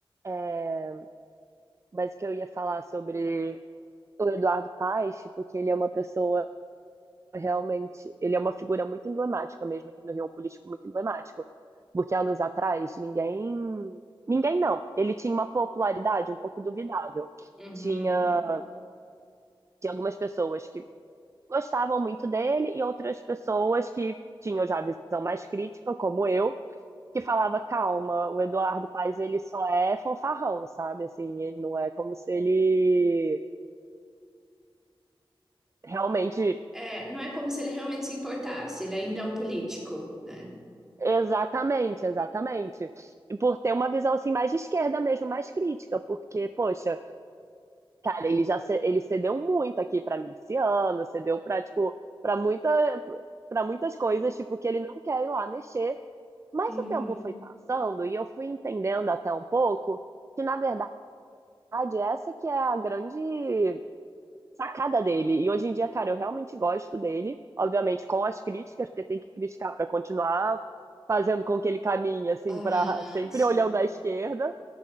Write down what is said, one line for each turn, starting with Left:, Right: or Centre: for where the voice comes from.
Right: É, mas que eu ia falar sobre o Eduardo Paes, tipo, que ele é uma pessoa realmente, ele é uma figura muito emblemática mesmo aqui no Rio, um político muito emblemático, porque anos atrás ninguém, ninguém não, ele tinha uma popularidade um pouco duvidável.
Centre: Uhum.
Right: Tinha, tinha algumas pessoas que gostavam muito dele e outras pessoas que tinham já a visão mais crítica, como eu, que falava, calma, o Eduardo Paes, ele só é fanfarrão, sabe? Assim, ele não é como se ele realmente.
Centre: É, não é como se ele realmente se importasse, ele ainda é um político, né?
Right: Exatamente, exatamente. E por ter uma visão assim mais de esquerda mesmo, mais crítica, porque, poxa, cara, ele já ce- ele cedeu muito aqui para miliciano, cedeu para tipo para muita para muitas coisas, tipo que ele não quer ir lá mexer, mas
Centre: Uhum.
Right: o tempo foi passando e eu fui entendendo até um pouco que na verdade essa que é a grande sacada dele. E hoje em dia, cara, eu realmente gosto dele, obviamente com as críticas, porque tem que criticar para continuar fazendo com que ele caminhe assim
Centre: Aham,
Right: para sempre
Centre: sim.
Right: olhando à esquerda,